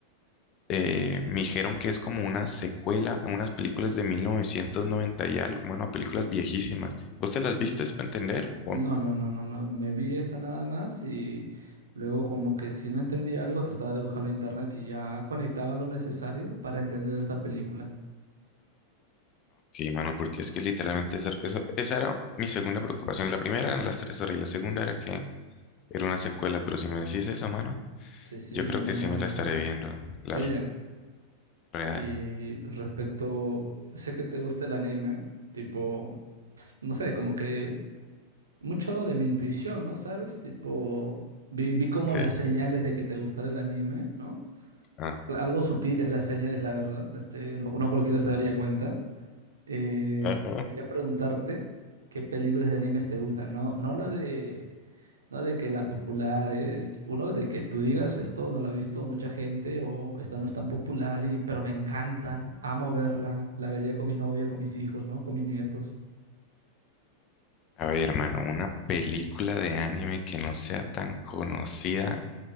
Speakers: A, on the left; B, on the right.
A: eh, me dijeron que es como una secuela a unas películas de 1990 y algo, mano, películas viejísimas. ¿Vos te las
B: Mm.
A: viste para entender o
B: No,
A: no?
B: no, no, no, no. Me vi esa nada más y luego como que si no entendía algo trataba de buscarlo en internet y ya conectaba lo necesario para entender esta película.
A: Ok, mano, porque es que literalmente esa, eso- esa era mi segunda preocupación. La primera eran las tres horas y la segunda era que era una secuela, pero si me decís eso, mano,
B: Sí, sí,
A: yo
B: muy,
A: creo que
B: muy
A: sí
B: bonita.
A: me la estaré viendo, la
B: Oye,
A: real.
B: y respecto, sé que te gusta el anime, tipo, no sé, como que mucho de mi intuición, ¿no? ¿Sabes? Tipo, vi, vi como
A: Ok.
B: las señales de que te gustara el anime, ¿no?
A: Ajá.
B: Al- Algo sutiles las señales, la verdad. Este, no, no cualquiera se daría cuenta. Eh,
A: Ajá.
B: quería preguntarte qué películas de animes te gustan. No, no la de, no de que la popular, eh, uno de que tú digas esto no la ha visto mucha gente o esta no es tan popular y, pero me encanta, amo verla, la vería con mi novia, con mis hijos, ¿no? Con mis nietos.
A: A ver, mano, una película de anime que no sea tan conocida.